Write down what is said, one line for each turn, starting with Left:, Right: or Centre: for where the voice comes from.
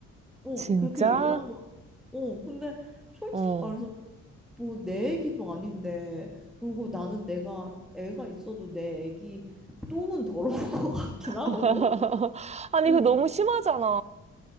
Centre: 오,
Right: 진짜?
Centre: 그렇게 얘기를 한 거야. 오, 근데 솔직히
Right: 어.
Centre: 말해서 뭐 내 애기도 아닌데 그리고 나는 내가 애가 있어도 내 애기 똥은 더러울 <laughs> 것 같긴 하거든.
Right: <laughs> 아니,
Centre: 어,
Right: 그거 너무 심하잖아.